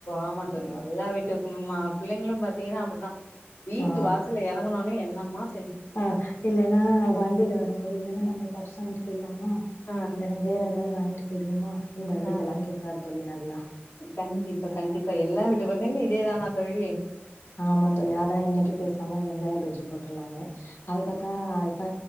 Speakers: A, on the left; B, on the left.
A: ஆமா தோழி
B: ஆ
A: எல்லா வீட்டுக்கும்மா பிள்ளைங்களும் பாத்தீங்கன்னா அப்படிதான் வீட்டு
B: ஆ
A: வாசல்ல எறங்குனோனே என் தமாஸ்
B: ஆ இல்லன்னா வண்டியில வரும்போது இல்லன்னா நம்ம பஃப்ஸ் வாங்கி போயிர்லாம்
A: ஆ
B: இல்லைன்னா வேற ஏதாவது வாங்கிட்டு போயிடுவோமா இந்த
A: ஆ
B: இதெல்லாம் கேட்பாரு தோழி நல்லா
A: கண்டிப்பா
B: ஆ
A: கண்டிப்பா எல்லா
B: ஆ
A: வீட்டு குழந்தைகளு இதேதானா தோழி
B: ஆமா தோழி அதான் இன்னைக்கு பேசாம வெங்காய பஜ்ஜி போட்டுர்லானு
A: ஆ
B: அது
A: ஆ
B: பாத்தா இப்ப